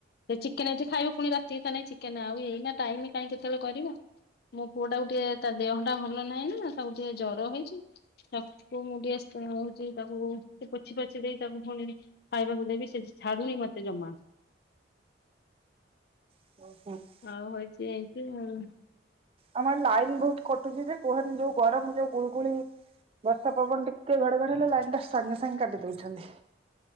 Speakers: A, on the left; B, on the right.
A: ଚେକେନ ଏଠି ଖାଇବ, ପୁଣି ରାତି ନାଇଁ ଚିକେନ ଆଉ ଏଇନା ଟାଇମ କାହିଁ କେତେବେଳେ କରିବୁ। ମୋ ପୁଅ ଟାକୁ ଟିକେ ତା ଦେହ ଟା ଭଲ ନାହିଁ ନା ନା ତାକୁ ଟିକେ ଜର ହେଇଛି। ତାକୁ ଟିକେ ମୁଁ ଟିକେ ସୁନୋଉଛି ତାକୁ <unintelligible> ଦେଇ ତାକୁ ପୁଣି ଖାଇବାକୁ ଦେବି ସେ ଛାଡୁନି ମତେ ଜମା।
B: <unintelligible>
A: ଆଉ ହଉଛି ଏମିତି ଆଉ।
B: ଆମର ଲାଇନ ବହୁତ କଟୁଛି, ସେ କୁହନି ଯୋଉ ଗରମ ଯୋଉ ଗୁଳୁଗୁଳି। ବର୍ଷା ପବନ ଟିକେ ଘଡ଼ଘଡଡି ହେଲେ ଲାଇନ ଟା ସାଙ୍ଗେ ସାଙ୍ଗେ କାଟିଦଉଛନ୍ତି।